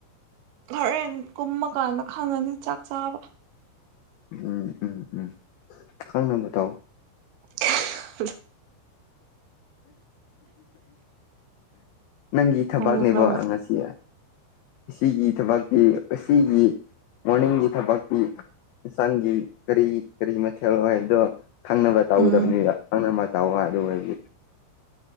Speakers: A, on the right; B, on the left.
A: ꯍꯣꯔꯦꯟ ꯀꯨꯝꯃ ꯀꯥꯟꯗ ꯈꯪꯉꯅꯤ ꯆꯥꯛ ꯆꯥꯕ
B: ꯎꯝ ꯎꯝ ꯎꯝ ꯈꯪꯅꯕ ꯇꯧ
A: <inaudible>
B: ꯅꯪꯒꯤ ꯊꯕꯛꯅꯦꯕ
A: ꯈꯪꯅꯕ
B: ꯑ ꯉꯁꯤ ꯁꯤꯒꯤ ꯊꯕꯛꯀꯤ ꯑꯁꯤꯒꯤ ꯃꯣꯔꯅꯤꯡꯒꯤ ꯊꯕꯛꯀꯤ ꯏꯟꯁꯥꯡꯒꯤ ꯀꯔꯤ ꯀꯔꯤ ꯃꯊꯦꯜ ꯍꯥꯏꯕꯗꯣ ꯈꯪꯅꯕ ꯇꯧꯗꯕꯅꯤꯗ
A: ꯎꯝ
B: ꯈꯪꯅꯕ ꯇꯧ ꯑꯗꯨ ꯑꯣꯏꯔꯗꯤ